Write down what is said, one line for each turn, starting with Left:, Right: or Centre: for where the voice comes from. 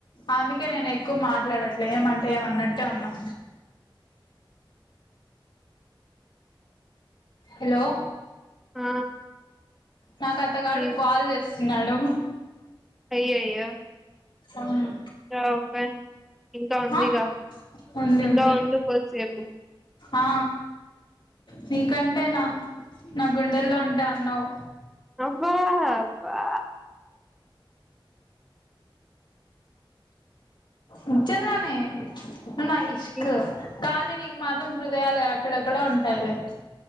Left: అందుకే నేను ఎక్కువ మాట్లాడట్లే ఏమంటే ఏమన్నట్టే ఉన్నాం హలో
Centre: ఆ
Left: నాకు అతగాడు
Centre: ఈ
Left: కాల్ చేస్త నాడు
Centre: అయ్యయ్యో
Left: అవును
Centre: ఇంకా ఒక ఇంకా ఉందిగా
Left: ఆ ఉంది
Centre: ఇంకా
Left: ఉంది
Centre: ఉండుకోసేపు
Left: ఆ నీ కంటేనా నా గుండెల్లో ఉంటే అన్నావ్
Centre: వా వా
Left: నీజంగానే నువ్వు నా ఇష్క్
Centre: ఇ-
Left: కానీ నీకు మాత్రం హృదయాలే అక్కడెక్కడో ఉంటాయిలే